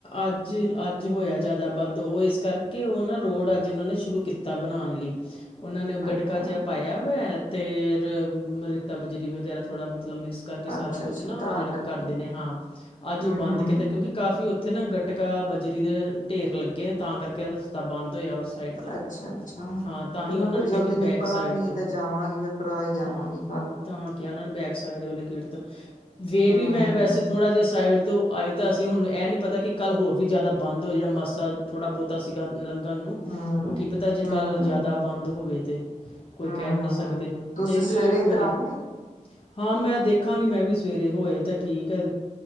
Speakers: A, on the left; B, on the left.
A: ਅੱਜ- ਅੱਜ ਹੋਏਆ ਜ਼ਾਦਾ ਬੰਦ ਓ ਇਸ ਕਰਕੇ ਓ ਨਾ ਰੋਡ ਅੱਜ ਓਨਾਂ ਨੇ ਸ਼ੁਰੂ ਕੀਤਾ ਬਣਾਣ ਲਈ। ਓਨਾਂ ਨੇ ਓ
B: ਅੱਛਾ
A: ਗਟਕਾ ਜੇਹਾ ਪਾਏਆ ਹੋਏਆ ਤੇ ਰ ਰੇਤਾ ਬਜਰੀ ਵਗੈਰਾ ਥੋੜ੍ਹਾ ਮਤਲਬ ਮਿਕਸ ਕਰਕੇ ਸਾਰਾ
B: ਅੱਛਾ
A: ਕੁਛ
B: ਅੱਛਾ
A: ਨਾ
B: ਤਾਂ
A: ਓ ਜੇੜਾ
B: ਕਰਕੇ
A: ਕਰਦੇ ਨੇ ਹਾਂ, ਅੱਜ
B: ਹੂੰ
A: ਓ ਬੰਦ
B: ਹੂੰ
A: ਕਿਤਾ ਕਿਉਂਕਿ ਕਾਫੀ ਉਥੇ ਨਾ ਗਟਕਾ, ਬਜਰੀ ਦੇ ਢੇਰ ਲੱਗੇ ਨੇ, ਤਾਂ ਕਾਰਕੇ ਰਸਤਾ ਬਾੰਦ ਹੋਏਆ ਉਸ ਸਾਈਡ ਤੋਂ
B: ਅੱਛਾ-ਅੱਛਾ,
A: ਹਾਂ ਤਾਂ
B: ਚਲੋ
A: ਹੀ ਉਹਨਾਂ
B: ਫਿਰ
A: ਨੇ ਕਿਹਾ
B: ਜਲਦੀ
A: ਕਿ
B: ਨਿਕ
A: ਬੈਕ
B: ਕਰਾਂਗੀ,
A: ਸਾਈਡ ਤੋਂ
B: ਤੇ ਜਾਵਾਂਗੀ ਫੇਰ ਕਰਾ ਈ ਆਵਾਂਗੀ
A: ਹਾਂ
B: ਤੂਆਨ
A: ਤਾਂ ਕੇਆ ਓਨਾਂ ਨੇ ਬੈਕ ਸਾਈਡ ਵਾਲੀ ਗੇਟ ਤੋਂ
B: ਹੂੰ
A: ਫੇਰ ਵੀ ਮੈਂ ਵੈਸੇ ਥੋੜਾ ਜੇਆ, ਸਾਈਡ ਤੋ ਆਈ ਤਾ ਸੀ ਹੁਣ ਐ ਨੀ ਪਤਾ ਕਿ ਕਾੱਲ ਹੋਰ ਵੀ ਜਾਦਾ ਬਾੰਦ ਹੋ ਜੇੜਾ ਮਸਾ ਥੋੜਾ-ਬੋਤਾ ਸੀਗਾ ਲੰਗੱਨ ਨੂੰ
B: ਹੂੰ
A: ਓ ਕੀ ਪਤਾ ਜੇ
B: ਹੂੰ
A: ਕਾੱਲ ਜਾਦਾ ਬਾੰਦ ਹੋਵੇ ਤੇ ਕੋਈ
B: ਹੂੰ
A: ਕੈਅ ਵੀ
B: ਹੂੰ
A: ਨੀ ਸਕਦੇ,
B: ਤੁਸੀਂ
A: ਦੇਖ
B: ਸਵੇਰੇ
A: ਲੇਓ ਏੱਕ ਵਾਰੀ
B: ਕਰਾਓਗੇ
A: ਹਾਂ ਮੈਂ ਦੇਖਾਂਗੀ ਮੈਂ ਵੀ ਸਵੇਰੇ ਹੋਏ ਤਾ ਠੀਕ ਐ